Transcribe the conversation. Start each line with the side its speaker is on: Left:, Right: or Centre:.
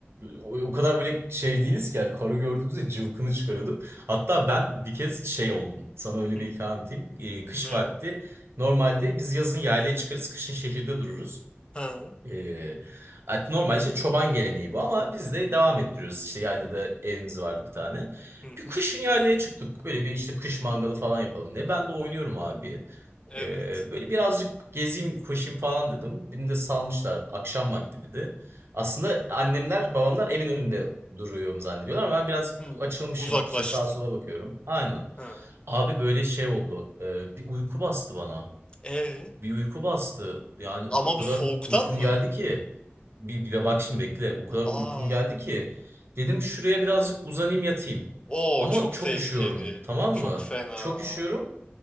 Right: o o kadar böyle şey değiliz ki yani karı gördüğümüzde cıvkını çıkarıyorduk. Hatta ben bir kez şey oldum. Sana öyle
Left: Hı.
Right: bir hikaye anlatayım. Ee, kış
Left: Ne
Right: vakti
Left: o?
Right: Normalde biz yazın yaylaya çıkarız, kışın şehirde dururuz.
Left: Ha.
Right: Ee, at- normal işte çoban geleneği bu ama biz de devam ettiriyoruz. İşte yaylada evimiz vardı bir tane.
Left: Hı hı.
Right: Bir kışın yaylaya çıktık. Böyle bir işte kış mangalı falan yapalım diye. Ben de oynuyorum abi.
Left: Evet.
Right: Ee, böyle birazcık gezeyim, koşayım falan dedim. Beni de salmışlar akşam vakti bir de. Aslında annemler, babamlar evin önünde duruyorum zannediyorlar ama ben biraz
Left: Hı.
Right: açılmışım.
Left: Uzaklaştın.
Right: İşte sağa sola bakıyorum. Aynen.
Left: Ha.
Right: Abi böyle şey oldu. Ee, bir uyku bastı bana.
Left: E
Right: Bir uyku bastı. Yani
Left: ama
Right: o kadar
Left: bu soğuktan
Right: uykum
Left: mı?
Right: geldi ki. Bir, bir de bak şimdi bekle. O kadar
Left: Aa
Right: uykum geldi ki. Dedim şuraya birazcık uzanayım yatayım.
Left: Oo
Right: Ama
Left: çok
Right: çok
Left: tehlikeli.
Right: üşüyorum. Tamam
Left: Çok
Right: mı?
Left: fena.
Right: Çok üşüyorum.